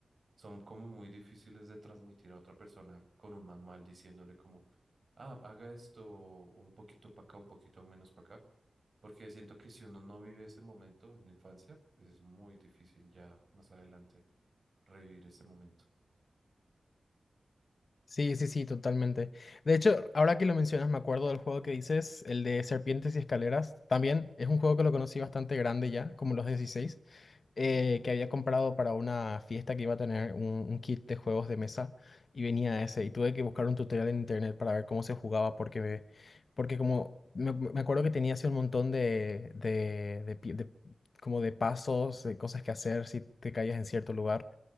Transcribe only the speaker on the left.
Sí, sí, sí, totalmente. De hecho, ahora que lo mencionas, me acuerdo del juego que dices, el de Serpientes y Escaleras. También es un juego que lo conocí bastante grande ya, como los dieciséis eh, que había comprado para una fiesta que iba a tener un, un kit de juegos de mesa y venía ese. Y tuve que buscar un tutorial en internet para ver cómo se jugaba, porque, me- porque como me, me acuerdo que tenía así un montón de, de, de pi- de- como de pasos, de cosas que hacer si te caías en cierto lugar.